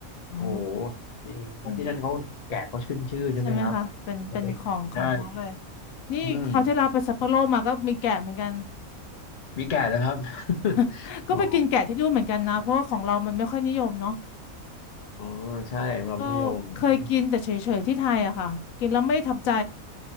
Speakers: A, on the left; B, on the left.
A: อ๋อ
B: โอ้โหจริงเพราะที่นั่นเขาแกะเขาขึ้นชื่อใช่ไหมครับ
A: เออใช่ไหมคะเป็นเป็นของของเขาเลย
B: สเต็กใช่
A: นี่เขาวที่เราไปซัปโปโรมาก็มีแกะเหมือนกัน
B: อืมมีแกะนะครับ
A: <laughs>
B: <laughs>
A: ก็ไปกินแกะที่นู่นเหมือนกันนะเพราะว่าของเรามันไม่ค่อยนิยมเนาะ
B: อ๋อ อ๋อใช่สำหรับมัธยมอม
A: ก็เคยกินแต่เฉยๆที่ไทยอะค่ะกินแล้วไม่ทับใจ